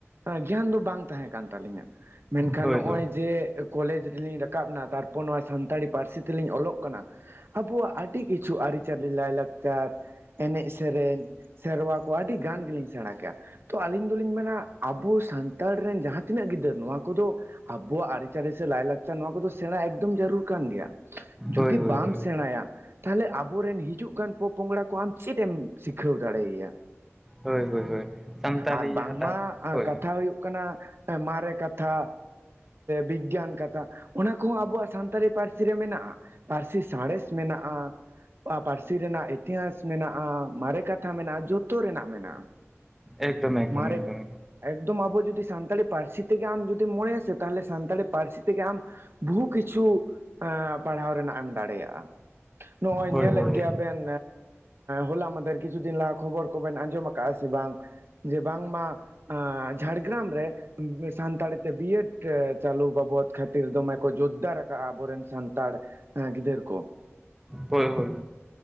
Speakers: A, on the right; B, in the centre.
A: ᱜᱮᱭᱟᱱ ᱫᱚ ᱵᱟᱝ ᱛᱟᱦᱮᱸ ᱠᱟᱱ ᱛᱟᱹᱞᱤᱧᱟ ᱢᱮᱱᱠᱷᱟᱱ
B: ᱦᱳᱭ
A: ᱱᱚᱜᱼᱚᱭ
B: ᱦᱳᱭ
A: ᱡᱮ ᱠᱚᱞᱮᱡᱽ ᱨᱮᱞᱤᱧ ᱨᱟᱠᱟᱵ ᱱᱟ ᱛᱟᱨᱯᱚᱨ ᱱᱚᱣᱟ ᱥᱟᱱᱛᱟᱲᱤ ᱯᱟᱹᱨᱥᱤ ᱛᱮᱞᱤᱧ ᱚᱞᱚᱜ ᱠᱟᱱᱟ ᱟᱵᱚᱣᱟᱜ ᱟᱹᱰᱤ ᱠᱤᱪᱷᱩ ᱟᱹᱨᱤ-ᱪᱟᱹᱞᱤ ᱞᱟᱹᱭ-ᱞᱟᱠᱪᱟᱨ ᱮᱸᱱᱮᱡ ᱥᱮᱸᱨᱮᱧ ᱥᱮᱸᱨᱣᱟᱹ ᱠᱚ ᱟᱹᱰᱤ ᱜᱟᱱ ᱜᱮᱞᱤᱧ ᱥᱮᱸᱬᱟ ᱠᱮᱜᱼᱟ ᱛᱚ ᱟᱹᱞᱤᱧ ᱫᱚᱞᱤᱧ ᱢᱮᱱᱟ ᱟᱵᱚ ᱥᱟᱱᱛᱟᱲ ᱨᱮᱱ ᱡᱟᱦᱟᱸ ᱛᱤᱱᱟᱹᱜ ᱜᱤᱫᱟᱹᱨ ᱱᱚᱣᱟ ᱠᱚᱫᱚ ᱟᱵᱚᱣᱟᱜ ᱟᱹᱨᱤ-ᱪᱟᱹᱞᱤ ᱥᱮ ᱞᱟᱹᱭ-ᱞᱟᱠᱪᱟᱨ ᱱᱚᱣᱟ ᱠᱚᱫᱚ ᱥᱮᱸᱬᱟ ᱮᱠᱫᱚᱢ ᱡᱟᱹᱨᱩᱲ ᱠᱟᱱ ᱜᱮᱭᱟ
B: ᱦᱳᱭ
A: ᱡᱩᱫᱤ
B: ᱦᱳᱭ
A: ᱵᱟᱢ
B: ᱦᱳᱭ
A: ᱥᱮᱸᱬᱟᱭᱟ ᱛᱟᱦᱟᱞᱮ ᱟᱵᱚᱨᱮᱱ ᱦᱤᱡᱩᱜ ᱠᱟᱱ ᱯᱚᱸᱯᱚᱝᱲᱟ ᱠᱚ ᱟᱢ ᱪᱮᱫ ᱮᱢ ᱥᱤᱠᱷᱟᱹᱣ ᱫᱟᱲᱮᱭᱟᱭᱟ᱾
B: ᱦᱳᱭ ᱦᱳᱭ ᱦᱳᱭ ᱥᱟᱱᱛᱟᱞᱤ
A: ᱟᱨ ᱵᱟᱝᱢᱟ
B: ᱦᱟᱛᱟᱣ ᱦᱳᱭ
A: ᱠᱟᱛᱷᱟ ᱦᱩᱭᱩᱜ ᱢᱟᱨᱮ ᱠᱟᱛᱷᱟ ᱵᱤᱜᱽᱜᱟᱱ ᱠᱟᱛᱷᱟ ᱚᱱᱟ ᱠᱚᱦᱚᱸ ᱟᱵᱚᱣᱟᱜ ᱥᱟᱱᱛᱟᱲᱤ ᱯᱟᱹᱨᱥᱤ ᱨᱮ ᱢᱮᱱᱟᱜᱼᱟ ᱯᱟᱹᱨᱥᱤ ᱥᱟᱸᱬᱮᱥ ᱢᱮᱱᱟᱜᱼᱟ ᱯᱟᱹᱨᱥᱤ ᱨᱮᱱᱟᱜ ᱤᱛᱤᱦᱟᱥ ᱢᱮᱱᱟᱜᱼᱟ ᱢᱟᱨᱮ ᱠᱟᱛᱷᱟ ᱢᱮᱱᱟᱜᱼᱟ ᱡᱚᱛ ᱡᱚᱛᱚ ᱨᱮᱱᱟᱜ ᱢᱮᱱᱟᱜᱼᱟ
B: ᱮᱠᱫᱚᱢ ᱮᱠᱫᱚᱢ
A: ᱢᱟᱨᱮ
B: ᱮᱠᱫᱚᱢ
A: ᱮᱠᱫᱚᱢ ᱟᱵᱚ ᱡᱩᱫᱤ ᱥᱟᱱᱛᱟᱲᱤ ᱯᱟᱹᱨᱥᱤ ᱛᱮᱜᱮ ᱟᱢ ᱡᱩᱫᱤ ᱢᱚᱱᱮᱭᱟᱥᱮ ᱛᱟᱦᱚᱞᱮ ᱥᱟᱱᱛᱟᱲᱤ ᱯᱟᱹᱨᱥᱤ ᱛᱮᱜᱮ ᱟᱢ ᱵᱚᱦᱩ ᱠᱤᱪᱷᱩ ᱮᱸ ᱯᱟᱲᱦᱟᱣ ᱨᱮᱱᱟᱜ ᱮᱢ ᱫᱟᱲᱮᱭᱟᱜᱼᱟ ᱱᱚᱜᱼᱚᱭ
B: ᱦᱳᱭ
A: ᱧᱮᱞᱮᱫ
B: ᱦᱳᱭ
A: ᱜᱮᱭᱟᱢ ᱵᱮᱱ ᱦᱚᱞᱟ ᱢᱟᱫᱷᱮᱨ ᱠᱤᱪᱷᱩ ᱫᱤᱱ ᱞᱟᱦᱟ ᱠᱷᱚᱵᱚᱨ ᱠᱚᱵᱮᱱ ᱟᱸᱡᱚᱢᱟ ᱟᱠᱟᱫᱼᱟ ᱥᱮ ᱵᱟᱝ ᱡᱮ ᱵᱟᱝ ᱢᱟ ᱮᱸ ᱡᱷᱟᱲᱜᱨᱟᱢ ᱨᱮ ᱥᱟᱱᱛᱟᱲᱤ ᱛᱮ ᱵᱤᱭ ᱮᱰ ᱪᱟᱞᱩ ᱵᱟᱵ ᱵᱚᱫ ᱠᱷᱟᱹᱛᱤᱨ ᱫᱚᱢᱮ ᱠᱚ ᱡᱳᱡᱽᱫᱟᱨ ᱟᱠᱟᱟᱜᱼᱟ ᱟᱵᱚᱨᱮᱱ ᱥᱟᱱᱛᱟᱲ ᱜᱤᱫᱟᱹᱨ ᱠᱚ
B: ᱦᱳᱭ ᱦᱳᱭ